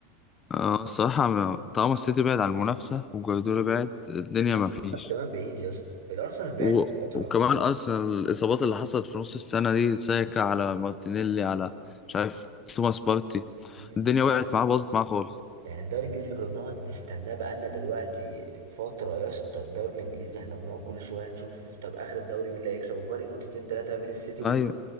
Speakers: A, on the left; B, on the right.
A: اه الصراحة ما- طالما السيتي بعد عن المنافسة وجوارديولا بعد الدنيا
B: وكمان
A: ما فيش
B: كمان بعيد يا اسطى الارسنال بعد
A: و...
B: فتره
A: وكمان أرسنال الإصابات اللي حصلت في نص السنة دي ساكا على مارتينيلي على مش عارف توماس بارتي
B: امم
A: الدنيا وقعت معاه باظت معاه خالص
B: يعني الدوري الانجليزي اللي كنا بنقعد نستناه بقالنا دلوقتي فتره يا اسطى الدوري الانجليزي احنا بنقعد كل شويه نشوف طب اخر الدوري مين اللي هيكسب وفرق نقطتين ثلاثه ما بين السيتي وال
A: أيوة